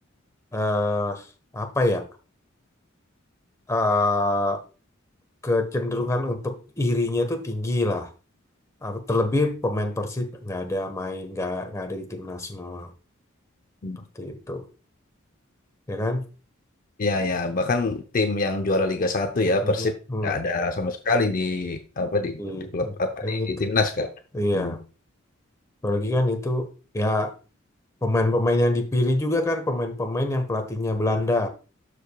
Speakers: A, on the left; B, on the left.
A: eh apa ya? eh kecenderungan untuk irinya itu tinggi lah. Apa, Terlebih pemain Persib nggak ada main nggak nggak ada di tim nasional
B: ya.
A: seperti itu. Ya kan?
B: Iya ya, bahkan tim yang juara Liga Satu
A: Itu.
B: ya Persib
A: Hmm.
B: nggak ada sama sekali di apa
A: gitu
B: di, di klub apa
A: kan
B: di,
A: itu
B: di timnas kan.
A: iya
B: Hmm.
A: apalagi kan itu ya pemain-pemain yang dipilih juga kan pemain-pemain yang pelatihnya Belanda